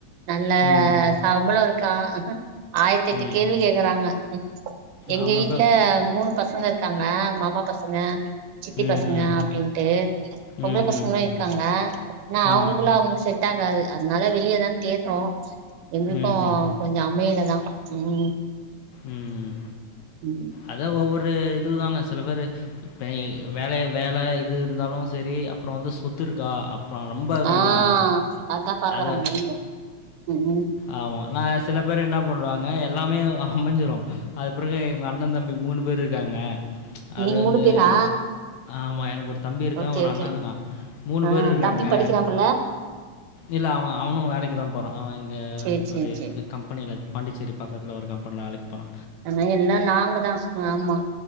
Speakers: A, on the right (about 85°); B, on the left (about 70°).
A: நல்ல
B: ம்.
A: சம்பளோ இருக்கா ஆயிரத்தெட்டு
B: ம்.
A: கேள்வி கேக்கறாங்க எங்க
B: ஆமா
A: வீட்ல
B: இப்ப
A: மூணு பசங்க இருக்காங்க மாமா பசங்க சித்தி
B: ம்ஹ்ம்.
A: பசங்க அப்டின்ட்டு பொம்பள
B: ம்,
A: பசங்களா
B: ம், ம்.
A: இருக்காங்க ஆனா அவங்களுக்குள்ள
B: ம்.
A: அவுங்களுக் செட் ட்டாகாது அதனால வெளியதா கேட்டோ எங்களுக்கு
B: ம்ஹ்ம்.
A: கொஞ்சோ அமையிலதா ம்
B: ம்
A: ம்
B: அதா ஒவ்வொரு இதுதான சில பேரு இப்ப வேலய வேல இது இருந்தாலு சேரி அப்றோ வந்து சொத்துருக்கா இப்ப ரொம்ப கொஞ்சோ
A: ஆ அதா பாக்குறாங்க
B: அது
A: நீங்க ம் ம்
B: ஆமா அனா சில பேர் என்ன பண்ணறாங்க எல்லாமே அ அமஞ்சுரு அது பிறகு எங்க அண்ணன் தம்பி மூணு பேர் இருக்காங்க அது
A: நீங்க
B: வந்து
A: மூணு பேரா
B: ஆமா எனக்கு ஒரு தம்பி இருக்கா
A: ஓகே
B: ஒரு
A: ஓகே
B: அண்ணா இருக்கா மூணு
A: ஆ
B: பேரு இருக்காங்க
A: தம்பி படிக்கிறாப்புல
B: இல்ல அவ அவனு வேலைக்கு தா போறா அவ இங்க
A: சேரி சேரி
B: ஒரு
A: சேரி
B: இந்த கம்பெனியில பாண்டிச்சேரி பக்கத்துல ஒரு கம் பெனில வேளைக்கு போறா
A: அது மாரி எல்லா நாங்கதா ஆமா